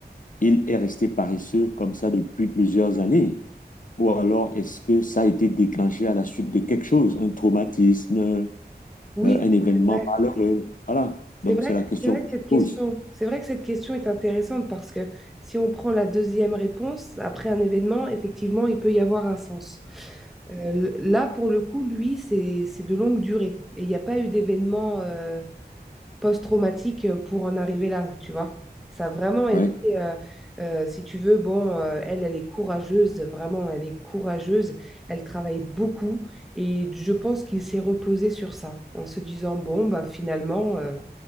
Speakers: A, on the left; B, in the centre.
A: il est resté paresseux comme ça depuis plusieurs années? Ou alors, est-ce que ça a été déclenché à la suite de quelque chose, un traumatisme, euh,
B: Oui,
A: un événement
B: c'est c'est vrai.
A: malheureux? Voilà. Donc,
B: C'est vrai
A: c'est la
B: que,
A: question
B: c'est vrai
A: que
B: que
A: je
B: cette question,
A: pose.
B: c'est vrai que cette question est intéressante parce que si on prend la deuxième réponse, après un événement, effectivement, il peut y avoir un sens. Euh, l- là, pour le coup, lui, c'est c'est de longue durée. Et il n'y a pas eu d'événement euh, post-traumatique euh, pour en arriver là, tu vois. Ça a vraiment été,
A: Ouais.
B: euh, euh, si tu veux, bon, euh, elle, elle est courageuse, vraiment, elle est courageuse, elle travaille beaucoup et je pense qu'il s'est reposé sur ça en se disant, bon, bah, finalement, euh,